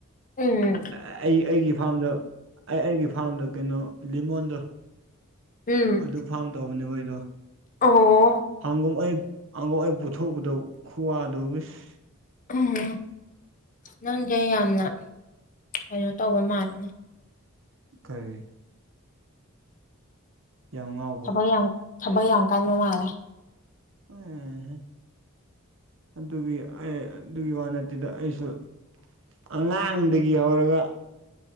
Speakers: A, on the left; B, on the right.
A: ꯎꯝ
B: ꯑꯦ ꯑꯩ ꯑꯩꯒꯤ ꯐꯥꯔꯝꯗ ꯑꯩ ꯑꯩꯒꯤ ꯐꯥꯔꯝꯗ ꯀꯩꯅꯣ ꯂꯤꯃꯣꯟꯗꫭ
A: ꯎꯝ
B: ꯑꯗꯨ ꯐꯥꯝ ꯇꯧꯕꯅꯦꯕ ꯑꯩꯗꯣ
A: ꯑꯣ
B: ꯍꯪꯉꯨꯝ ꯑꯩ ꯑꯃꯨꯛ ꯑꯥꯏ ꯄꯨꯊꯣꯛꯄꯗꯣ ꯈꯨꯋꯥꯗꯣ ꯋꯤꯁ
A: ꯎꯝ ꯅꯪꯁꯦ ꯌꯥꯝꯅ ꯀꯩꯅꯣ ꯇꯧꯕ ꯃꯥꯜꯂꯅꯦ
B: ꯀꯔꯤ ꯌꯥꯉꯥꯎ
A: ꯊꯕꯛ ꯌꯥꯝ ꯊꯕꯛ ꯌꯥꯝ ꯀꯟꯕ ꯃꯂꯦ
B: ꯑꯣꯝ ꯑꯗꯨꯒꯤ ꯑꯩ ꯑꯗꯨꯒꯤ ꯋꯥ ꯅꯠꯇꯗ ꯑꯩꯁꯨ ꯑꯉꯥꯡꯗꯒꯤ ꯍꯧꯔꯒ